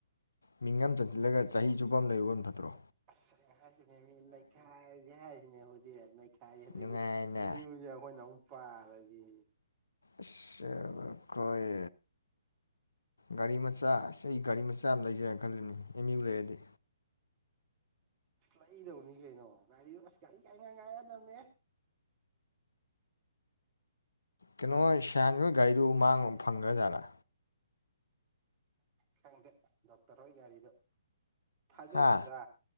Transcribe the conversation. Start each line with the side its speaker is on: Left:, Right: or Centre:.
Left: ꯃꯤꯡ ꯑꯃ ꯆꯟꯖꯤꯜꯂꯒ ꯆꯍꯤ ꯆꯨꯞꯄ ꯑꯃ ꯂꯩꯔꯨꯕꯅ ꯐꯠꯇꯔꯣ
Right: ꯑꯁ ꯑꯩ ꯍꯥꯏꯈꯤꯝꯅꯦꯃꯤ ꯅꯩꯈꯥꯏꯔꯖꯦ ꯍꯥꯏꯔꯤꯅꯦꯕ ꯑꯦ ꯅꯩ ꯈꯥꯏꯔꯦ ꯍꯟꯗꯛꯇꯤ
Left: ꯅꯨꯡꯉꯥꯏꯅ
Right: ꯑꯦꯝ ꯌꯨ ꯖꯦ ꯑꯈꯣꯏꯅ ꯑꯃꯨꯛ ꯄꯥꯔꯗꯒꯤ
Left: ꯑꯁ ꯑꯩꯈꯣꯏ ꯒꯥꯔꯤ ꯃꯆꯥ ꯑꯁ ꯑꯩ ꯒꯥꯔꯤ ꯃꯆꯥ ꯑꯃ ꯂꯩꯁꯤꯔꯥꯅ ꯈꯜꯂꯤꯕꯅꯤ ꯑꯦꯝ ꯌꯨꯗ ꯂꯩꯔꯗꯤ
Right: ꯑꯁ ꯂꯩꯗꯧꯅꯤ ꯀꯩꯅꯣ ꯒꯔꯤ ꯑꯁ ꯒꯔꯤ ꯉꯥꯛ ꯉꯥꯏ ꯔꯛꯑꯗꯕꯅꯦ
Left: ꯀꯩꯅꯣ ꯁꯤꯌꯥꯟꯅꯤꯍꯣꯏ ꯒꯥꯔꯤꯗꯨ ꯃꯥꯡꯉꯨ ꯐꯪꯒ꯭ꯔꯖꯥꯔꯥ
Right: ꯈꯪꯗꯦ ꯗꯣꯛꯇꯔ ꯑꯣꯏ ꯒꯥꯔꯤꯗꯣ ꯊꯥꯖꯗꯦꯗ
Left: ꯍꯥ